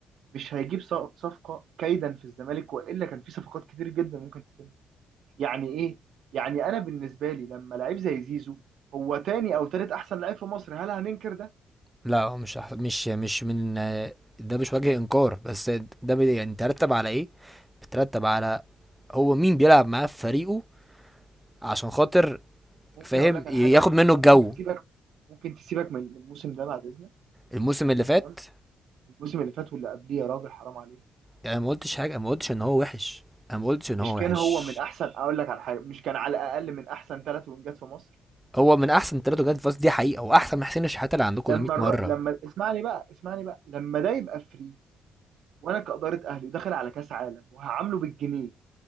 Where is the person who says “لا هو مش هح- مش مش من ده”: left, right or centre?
Centre